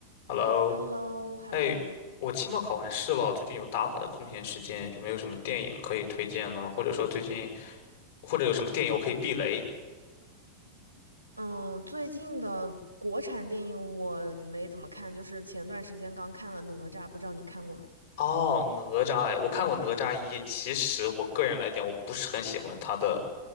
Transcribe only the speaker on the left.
Hello，
哎，
我期末考完试了，最近有大把的空闲时间，有没有什么电影可以推荐呢？或者说最近，或者有什么电影我可以避雷？
哦，哪吒，哎，我看过《哪吒一》，其实我个人来讲，我不是很喜欢他的，